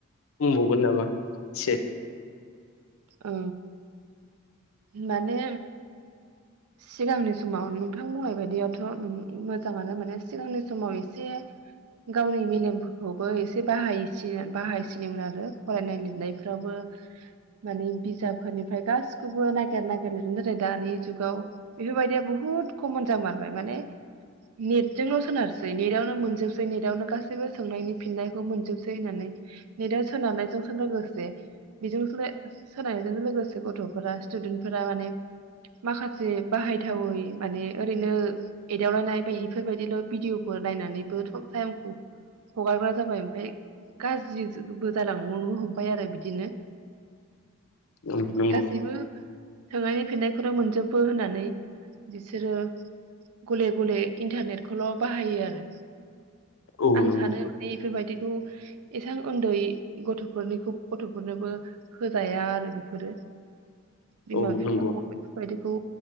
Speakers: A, on the left; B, on the right.
A: बुंबावगोन नामा एसे
B: औ माने सिगांनि समाव नोंथां बुंनाय बायदियाथ मोजाङानो माने सिगांनि समाव एसे गावनि मेलेमफोरखौबो एसे बाहाय बाहायसिनोमोन आरो फरायनाय लिरनायफ्रावबो माने बिजाबफोरनिफ्राय गासिखौबो नागिर नागिर लिरो दानि जुगाव बेफोरबायदिया बहुद कमन जामारबाय माने नेटजोंल सोनारसै नेटआवनो मोनजोबसै नेटावनो गासैबो सोंनायनि फिननायखौ मोनजोबसै होननानै नेटाव सोनारनायजोंसो लोगोसे बेजोंस सोनायजों लोगोसे गथफोरा स्टुदेन्ट फोर माने माखासे बाहायथावै माने ओरैनो एदावलायनाय बायदिफोरबायदि भिदिअफोर नायनानैबो टाइमखौ हगारग्रा जाबाय ओमफफ्राय गाज्रिबो जालांनो हमबाय आरो बिदिनो
A: नंगौ
B: गासैबो सोंनायनि फिननायखौनो मोनजोबो होननानै बिसोरो गले गले इन्टारनेटखौल बाहायो आरो
A: औ
B: आं
A: नंगौ
B: सानो माने बेफोरबायदिखौ एसेबां उन्दै गथफोरनिखौ गथफोरनोबो होजाया आरो बेफोरो बिमा
A: औ
B: बिफाखौ
A: नंगौ
B: बेफोरबायदिखौ